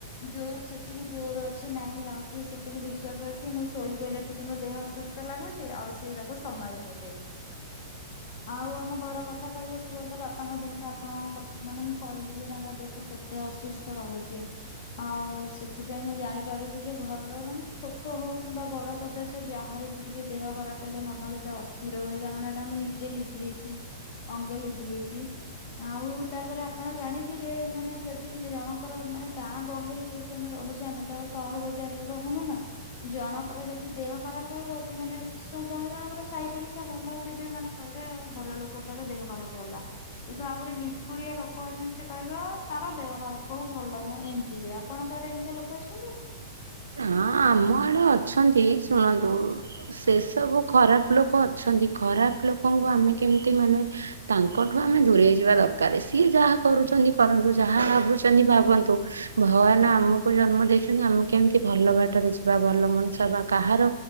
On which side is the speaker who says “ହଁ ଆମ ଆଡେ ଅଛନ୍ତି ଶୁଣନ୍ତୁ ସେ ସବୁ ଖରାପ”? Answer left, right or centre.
Right